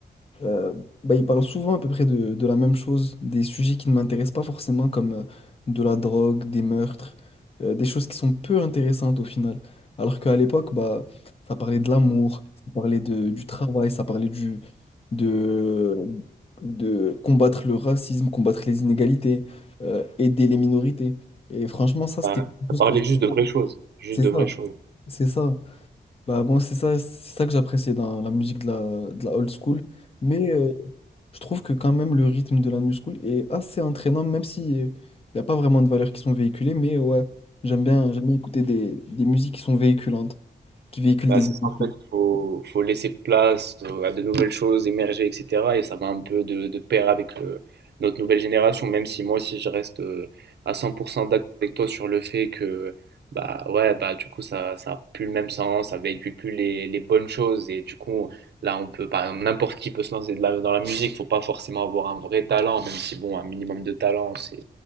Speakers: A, on the left; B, on the right.
A: euh, bah, il parle souvent à peu près de, de la même chose, des sujets qui ne m'intéressent pas forcément, comme euh, de la drogue, des meurtres, euh, des choses qui sont peu intéressantes au final. Alors qu'à l'époque, bah, ça parlait de l'amour, ça parlait de, du travail, ça parlait du, de, de combattre le racisme, combattre les inégalités, euh, aider les minorités. Et franchement, ça, c'était
B: Bah,
A: quelque
B: T'as
A: chose
B: parlé
A: que j'ai
B: juste
A: beaucoup-
B: de vraies choses, juste
A: C'est
B: de
A: ça,
B: vraies choses.
A: c'est ça. Bah, moi, c'est ça, c'est ça que j'appréciais dans la musique de la, de la old school. Mais euh, je trouve que quand même le rythme de la New School est assez entraînant, même si euh, il n'y a pas vraiment de valeurs qui sont véhiculées, mais ouais, j'aime bien, j'aime bien écouter des, des musiques qui sont véhiculantes, qui véhiculent
B: Bah,
A: des
B: c'est
A: émotions.
B: ça, en fait, faut, faut laisser place euh, à de nouvelles choses émerger, etc. Et ça va un peu de, de pair avec le- notre nouvelle génération, même si moi aussi je reste euh, à 100% d'accord avec toi sur le fait que, bah ouais, bah du coup, ça, ça a plus le même sens, ça véhicule plus les, les bonnes choses. Et du coup, là, on peut, par exemple, n'importe qui peut se lancer de la- dans la musique, faut pas forcément avoir un vrai talent, même si, bon, un minimum de talent, c'est,